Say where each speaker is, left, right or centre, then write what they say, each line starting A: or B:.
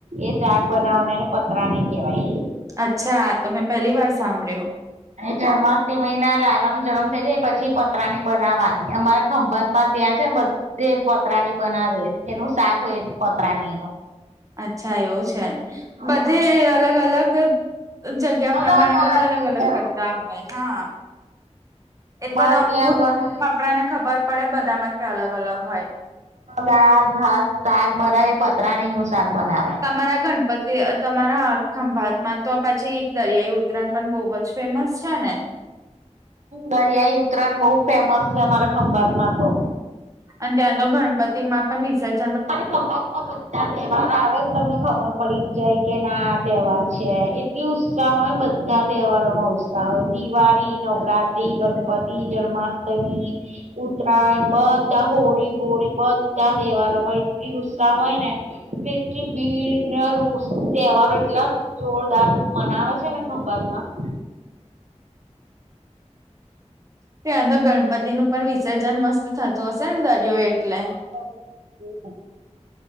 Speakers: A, on the right; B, on the right.
A: એ શાક બનાવવાને એને પતરા નને કહેવાય.
B: અચ્છા તો મેં પહેલી વાર સાંભળ્યો
A: જન્માષ્ટમી ના લાલા ન જન્મ થઈ જાય પછી પતરાની બનાવવાની અમારે ખંભાત માં ત્યાં છેને, બધે પતરાની બનાવીશ એનું સાગ પેજપત્રાની
B: અચ્છા એવું છે,
A: હા
B: બધે અલગ અલગ જગ્યા
A: અલગ
B: પ્રમાણે બધા અલગ
A: જગ્યા
B: અલગ કરતા હોય હા એ
A: મારે
B: તો ના
A: ત્યાં બને
B: આપણાને ખબર પડે બધા માં અલગ અલગ હોય
A: દાળ ભાત શાક બનાવી પતરાણી નું શાક બનાવાય
B: તમારા ગણપતિ તમારા ખંભાતમાં તો પછી દરિયાઈ ઉતરાયણ પણ બહુ ફેમસ છે ને
A: દરિયાઈ ઉત્તરાયણ બહુ ફેમસ છે અમારા ખંભાતમાં તો
B: અને ત્યાં તો ગણપતિ માં પણ વિસર્જ
A: અને ખબાત માં બધા જ તહેવાર આવે તમને ખબર પડી જ જાય કે ના તહેવાર છે એટલ ઉત્સાહ હોય ને બધા તહેવારોમાં ઉત્સાહ હોય દિવાળી નવરાત્રિ ગણપતિ જન્માષ્ટમીન ઉતરાયણ બધા હોળી બોળી બધા તહેવારોમાં ઉત્સાહ હોય ને એટલી ભીડ તહેવારો એટલા જોરદાર મનાવે છે ને ખંભત માં
B: ત્યાં તો ગણપતિ નું પણ વિસર્જન મસ્ત થતું હશે ને દરિયો એટલે
A: <inaudible>